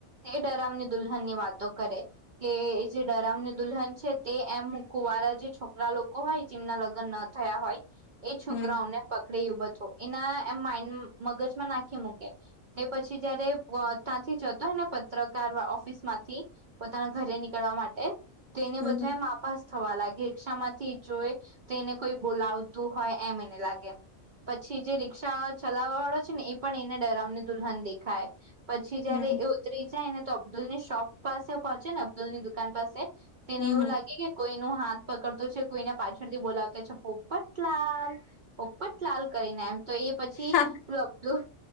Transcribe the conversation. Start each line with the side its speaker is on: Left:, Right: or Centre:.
Right: તે ડરાવને દુલ્હન ની વાતો કરે કે જે ડરાવને દુલ્હન છે, તે એમ મુૂકુવા જે છોકરા લોકો હોય, જેમના લગ્ન ના થયા હોય એ છોકરાઓને
Left: હમ
Right: પ બો એના એમ માડ મગજમાં નાખી, મૂકે એ પછી જયારે ત જતો હોય, ને પ પકાર ઓફિસ માંથી પોતાના ઘરે નીકળવા માટે તો એને
Left: હમ
Right: બધા,
Left: હમ
Right: એમ માપ થવા લાગે રિક્ષા માંથી જોય તો એને કોઈ બોલાવતું હોય, એમ એને લાગે પછી જે રિક્ષા ચલાવવા વાળો છેને, એ પણ એને ડરાવને દુલ્હન દેખાય પછી જયારે
Left: હમ
Right: એ ઉતરી જાય, ને તો અબ્દુલની શોપ પાસે પહોંચે ને અબ્દુલ ની દુકાન પાસે તેને
Left: હમ
Right: એવું
Left: હમ
Right: લાગે કે કોઈ હાથ પકડતો છે કોઈ એને પાછળથી બોલાવતો છે, પોપટલાલ પોપટલાલ કરીને એમ તો એ પછી
Left: હા
Right: અબ્દુલ